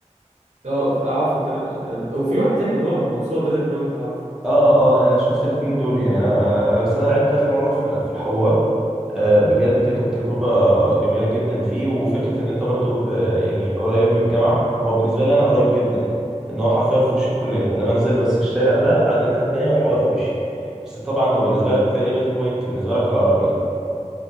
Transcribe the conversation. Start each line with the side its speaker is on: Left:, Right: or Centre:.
Right: اه اعرفه تمام وفي واحد تاني اللي هو منصور بدل بوينت لو عارفه
Centre: اه اه انا شفت الاتنين دول يعني انا انا أنا- بس انا لعبت اخر مره في في الحوار آه، بجد كانت تجربه جميله جدا فيه وفكره ان انت برضو ب- يعني قريب من الجامعه هو بالنسبه لي انا قريب جدا ان هو حرفيا في وش الكليه انا بنزل بس الشارع ده عدى الناحيه التانيه والحوار في وشي بس طبعا هو بالنسبه لك متهيألي بدل بوينت بالنسبه لك اقرب يعني